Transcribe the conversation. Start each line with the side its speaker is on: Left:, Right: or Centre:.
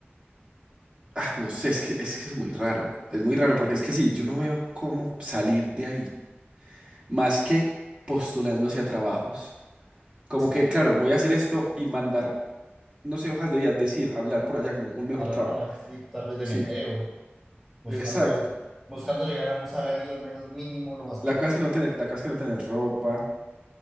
Right: Ah, no sé, es que, es que es muy raro. Es muy raro porque es que sí, yo no veo cómo salir de ahí. Más que postulándose a trabajos. Como
Centre: Sí.
Right: que, claro, voy a hacer esto y mandar, no sé, hojas de vida, decir, hablar por allá como un mejor
Centre: Hablar
Right: trabajo.
Centre: con la gente, sí, tal vez de
Right: Sí,
Centre: mesero, buscando,
Right: exacto.
Centre: buscando llegar a un salario al menos mínimo, lo más pronto
Right: La cosa
Centre: posible.
Right: es que no tener, la cosa es que no tener ropa